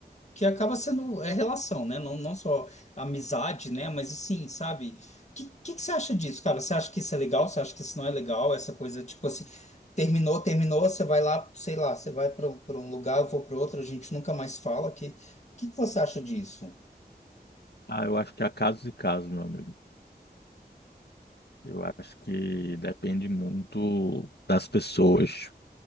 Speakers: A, on the left; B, on the left.
A: que acaba sendo é relação, né? Não, não só amizade, né? Mas assim, sabe? O que, que, que você acha disso, cara? Você acha que isso é legal? Você acha que isso não é legal? Essa coisa, tipo assim, terminou, terminou, você vai lá, sei lá, você vai para um lugar, eu vou para outro, a gente nunca mais fala. Que, que, que você acha disso?
B: Ah, eu acho que há casos e casos, meu amigo. Eu acho que depende muito das pessoas.